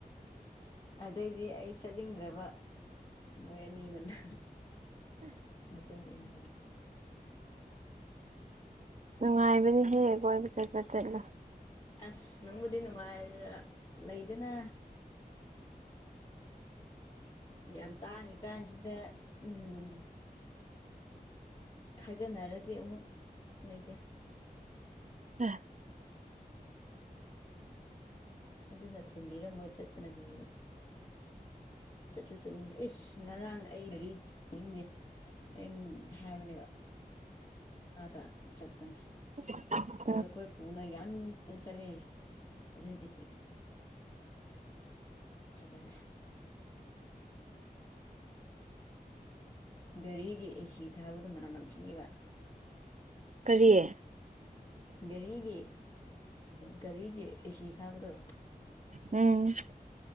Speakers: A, on the left (about 30°); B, on the right (about 50°).
A: ꯑꯗꯩꯗꯤ ꯑꯩ ꯆꯠꯅꯤꯡꯗ꯭ꯔꯕ ꯃꯣꯏ ꯑꯅꯤ ꯃꯅ <unintelligible>
B: ꯅꯨꯡꯉꯥꯏꯕꯅꯤ ꯍꯦꯛ ꯀꯣꯏꯕ ꯆꯠꯄ ꯆꯠꯂꯣ
A: ꯑꯁ ꯅꯪꯕꯨꯗꯤ ꯅꯨꯡꯉꯥꯏ ꯂꯩꯗꯅ ꯌꯥꯝ ꯇꯥꯡꯉꯤ ꯀꯥꯟꯁꯤꯗ ꯎꯝ ꯈꯥꯏꯒꯅꯔꯗꯤ ꯑꯃꯨꯛ ꯂꯩꯇꯦ
B: ꯑꯥ
A: ꯑꯗꯨꯅ ꯊꯤꯟꯕꯤꯔꯝꯃꯒ ꯆꯠꯇꯅ ꯐꯩꯕ ꯆꯠꯁꯨ ꯆꯠꯅꯤꯡꯉꯦ ꯏꯁ ꯉꯔꯥꯡ ꯑꯩ ꯔꯤ ꯆꯠꯅꯤꯡꯗꯦ ꯑꯥ ꯍꯥꯏꯕꯅꯦꯕ ꯑꯥꯗ ꯆꯠꯄꯅ
B: <inaudible>
A: ꯑꯗ ꯑꯩꯈꯣꯏ ꯄꯨꯅ ꯌꯥꯟꯅ ꯆꯠꯂꯦ ꯑꯗꯨꯑꯣꯏꯗꯤ__ ꯐꯖꯔꯦ ꯒꯥꯔꯤꯒꯤ ꯑꯦꯁꯤ ꯊꯥꯕꯗꯣ ꯃꯅꯝ ꯅꯊꯤꯑꯕ
B: ꯀꯔꯤꯌꯦ
A: ꯒꯥꯔꯤꯒꯤ ꯒꯥꯔꯤꯒꯤ ꯑꯦꯁꯤ ꯊꯥꯕꯗꯣ__
B: ꯎꯝ